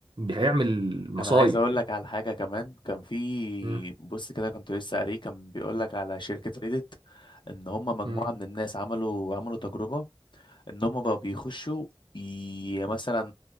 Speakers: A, on the right; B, on the left.
A: هيعمل مصايب
B: انا عايز اقول لك على حاجه كمان كان في
A: مم.
B: بص كده كنت لسه قاريه كان بيقول لك على شركه ريدت ان هم مجموعه
A: مم.
B: من الناس عملوا عملوا تجربه ان هم بقى بيخشوا ي- مثلا